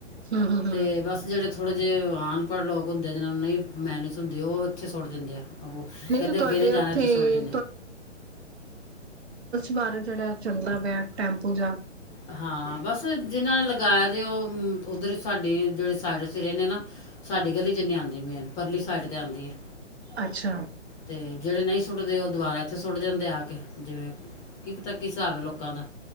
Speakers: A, on the right; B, on the left.
A: ਹੂੰ-ਹੂੰ-ਹੂੰ
B: ਤੇ ਬਸ ਜਿਹੜੇ ਥੋੜੇ ਜਿਹੇ ਆਣ ਪਰ ਲੋਕ ਹੁੰਦੇ ਨੇ ਜਿੰਨਾ ਮੰਨੇਰਸ ਹੁੰਦੇ ਉਹ ਇੱਥੇ ਸੁੱਟ ਦਿੰਦੇ ਆੋ ਕਹਿੰਦੇ
A: ਤੇ ਤੁਹਾਡੇ
B: ਅੱਗੇ ਨਹੀਂ ਜਾਣਾ
A: ਉੱਥੇ
B: ਇੱਥੇ ਸੁੱਟ ਦਿੰਦੇ
A: ਬਾਰੇ ਜਿਹੜਾ ਚਲਦਾ ਪਿਆ ਟੈਂਪੂ ਜਾਂ
B: ਹਾਂ ਬਸ ਜਿਹਨਾਂ ਨੇ ਲਗਾਇਆ ਜ ਉਹ ਉੱਧਰ ਸਾਡੇ ਜਿਹੜੇ ਸਾਈਡ ਜੇਰੇ ਨੇ ਨਾ ਸਾਡੀ ਗਲੀ ਚ ਨੀ ਆਂਦੀ ਮੇਨ ਪਰਲੀ ਸਾਈਡ ਤੇ ਆਂਦੀ ਹੈ।
A: ਅੱਛਾ
B: ਤੇ ਜਿਹੜੇ ਨਹੀਂ ਸੁੱਟਦੇ ਉਹ ਦੁਬਾਰਾ ਇਥੇ ਸੁੱਟ ਜਾਂਦੇ ਆ ਕੇ ਜਿਵੇਂ ਕੀ ਪਤਾ ਕੀ ਹਿਸਾਬ ਹੈ ਲੋਕਾਂ ਦਾ